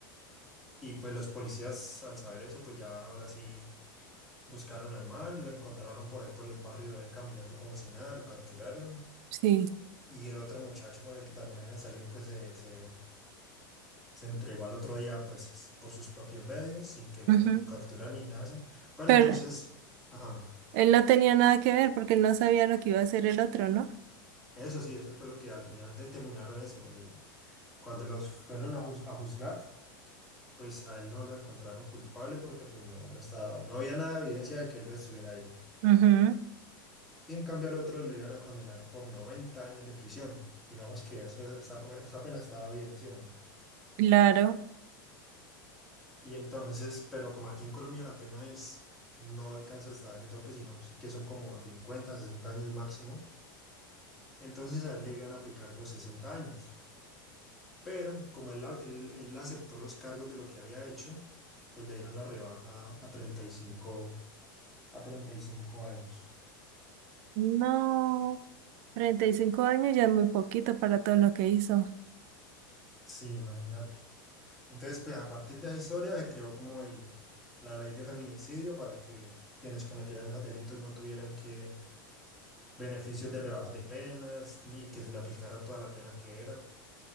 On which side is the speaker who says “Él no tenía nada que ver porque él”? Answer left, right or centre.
Right